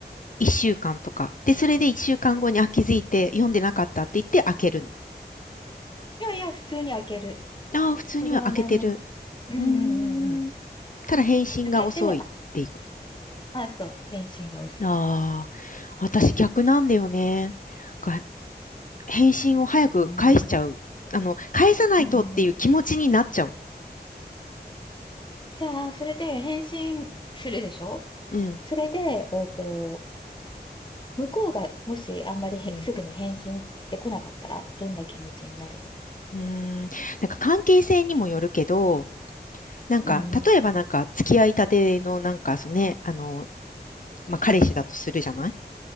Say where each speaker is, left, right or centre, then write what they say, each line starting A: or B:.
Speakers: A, on the left (about 50°); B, on the left (about 25°).
A: 一週間とか。で、それで一週間後に、あ、気づいて読んでなかったって言って開けるの。
B: いやいや、普通に開ける。
A: ああ、普通には開けてる。
B: それは何にも。うんうんうんうん。
A: うーん。ただ返信が遅いっていうこと。
B: 開けて、あ、あと、返信が遅い。
A: ああ。私逆なんだよね。が、返信を早く返しちゃう。
B: まあ、
A: あの、返さないとっていう気持ちになっちゃう。
B: うんうんうん。じゃあ、それで返信するでしょ
A: うん。
B: それで、えっと、向こうがもしあんまりへすぐに返信って来なかったら、
A: うん。
B: どんな気持ちになる
A: うーん。なんか関係性にもよるけど、なんか、
B: うんう
A: 例えばなんか付き合いたてのなんか、そのね、あの、まあ、彼氏だとするじゃない